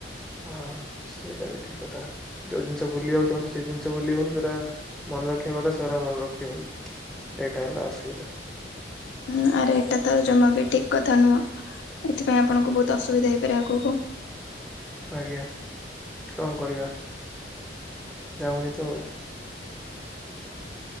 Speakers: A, in the centre; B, on the left (about 80°).
A: ହଁ ସେଇଟା ବି ଠିକ କଥା ଯୋଉ ଜିନିଷ ଭୁଲିବାକୁ ଚାହୁଁଛି ସେ ଜିନିଷ ଭୁଲି ହଉନି ଯଉଟା ମନେ ରଖିବା କଥା ସେଗୁଡ଼ା ମନେ ରଖି ହଉନି ଏଇଟା ହେଲା ଅସୁବିଧା।
B: ହୁଁ ଆରେ ଏଟା ତ ଜମା ବି ଠିକ୍ କଥା ନୁହଁ ଏଥିପାଇଁ ଆପଣଙ୍କୁ ବହୁତ ଅସୁବିଧା ହେଇପାରେ ଆଗକୁ।
A: ଆଜ୍ଞା କଣ କରିବା ଯାଉନି ତ ଆଉ।